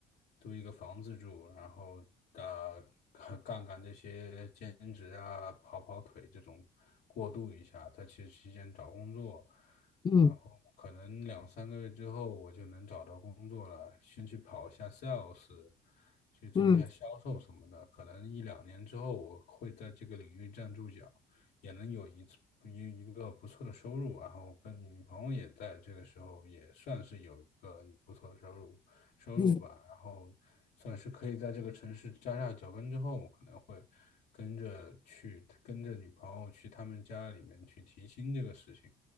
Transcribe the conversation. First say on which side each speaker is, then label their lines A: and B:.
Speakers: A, on the left (about 70°); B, on the left (about 25°).
A: 租一个房子住，然后啊干干这些兼职啊，跑跑腿这种过渡一下，在其实期间找工作，
B: 嗯
A: 然后可能两三个月之后我就能找到工作了，先去跑一下 sales。去做一下销售什么的，
B: 嗯
A: 可能一两年之后我会在这个领域站住脚。也能有一次一一个不错的收入，然后跟女朋友也在这个时候也算是有一个不错的收入收入吧，
B: 嗯
A: 然后算是可以在这个城市扎下脚跟之后，我可能会跟着去跟着女朋友去他们家里面去提亲这个事情，